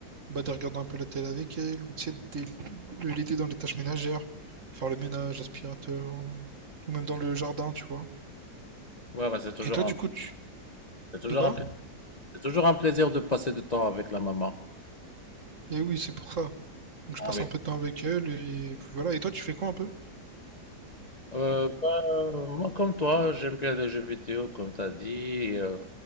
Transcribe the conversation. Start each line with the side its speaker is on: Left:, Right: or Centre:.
Right: bah, de regarder un peu la télé avec elle ou tu sais, d'aider- de l'aider dans les tâches ménagères, faire le ménage, aspirateur, euh, ou même dans le jardin, tu vois.
Left: Ouais, ouais, c'est toujours
Right: Et toi,
Left: un...
Right: du coup, tu...
Left: c'est toujours
Right: De quoi?
Left: un... pla- c'est toujours un plaisir de passer du temps avec la maman.
Right: Et oui, c'est pour ça. Donc je
Left: Ah
Right: passe
Left: oui.
Right: un peu de temps avec elle et puis voilà. Et toi, tu fais quoi un peu?
Left: Euh, bah, moi, comme toi, j'aime bien les jeux vidéo, comme tu as dit. Euh,